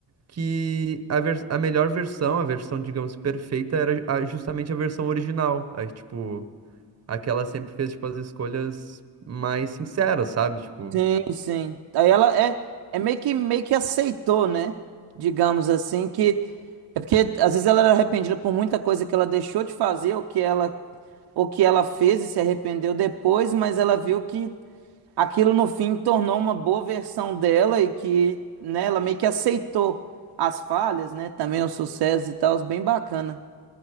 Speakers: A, on the right; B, on the right.
A: que a, vers- a melhor versão, a versão, digamos, perfeita, era a- justamente a versão original. Aí, tipo, aquela sempre fez, tipo, as escolhas mais sinceras, sabe? Tipo.
B: Sim, sim. Aí ela é, é meio que, meio que aceitou, né? Digamos assim, que. É porque às vezes ela era arrependida por muita coisa que ela deixou de fazer, ou que ela, ou que ela fez e se arrependeu depois, mas ela viu que aquilo no fim tornou uma boa versão dela e que, né, ela meio que aceitou as falhas, né? Também os sucessos e tal, bem bacana.